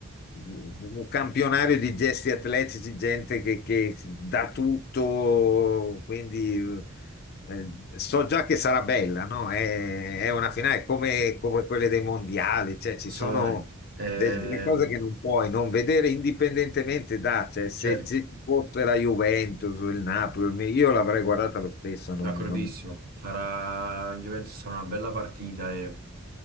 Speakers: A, on the left; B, on the right.
A: un campionario di gesti atletici, gente che, che dà tutto, quindi eh, so già che sarà bella, no? È, è una finale come, come quelle dei mondiali, cioè ci
B: Assolutamente.
A: sono
B: Ehm,
A: de- delle cose che non puoi non vedere indipendentemente da, cioè se
B: certo,
A: se ci fosse la Juventus, il Napoli, il Mi- io l'avrei guardata lo stesso,
B: d'accordissimo.
A: non, non... mi
B: Sarà, io penso sarà una bella partita e